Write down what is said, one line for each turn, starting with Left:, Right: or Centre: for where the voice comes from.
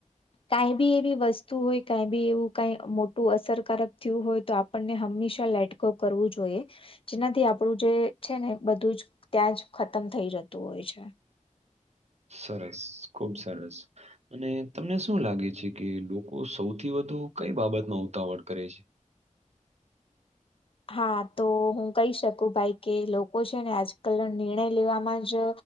Left: કાઈ બી એવી વસ્તુ હોય, કાઈ બી એવું કાઈ મોટું અસરકારક થ્યુ હોય તો આપણને હંમેશા લેટ ગો કરવું જોઈએ. જેનાથી આપડું જે છે ને બધું જ ત્યાં જ ખતમ થઈ જતું હોય છે.
Right: સરસ. ખુબ સરસ. અને તમને શું લાગે છે કે લોકો સૌથી વધુ કઈ બાબતમાં ઉતાવળ કરે છે?
Left: હા. તો હું કહી શકું ભાઈ કે લોકો છે ને આજકલ નિર્ણય લેવામાં જ